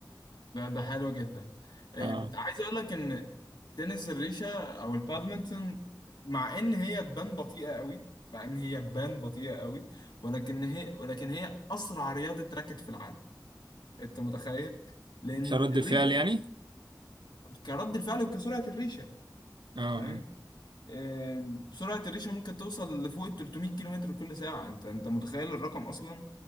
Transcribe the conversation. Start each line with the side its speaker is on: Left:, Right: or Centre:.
Left: ده ده حلو جدا آه،
Right: آه.
Left: عايز اقول لك ان تنس الريشه او البادمنتون مع ان هي تبان بطيئه قوي مع ان هي تبان بطيئه قوي ولكن هي ولكن هي اسرع رياضه راكت في العالم انت متخيل لان
Right: مش رد
Left: الريشه
Right: الفعل يعني
Left: كرد الفعل وكسرعه الريشه
Right: اه آه.
Left: فاهم آم، سرعة الريشة ممكن توصل لفوق ال 300 كيلو متر كل ساعة انت انت متخيل الرقم اصلا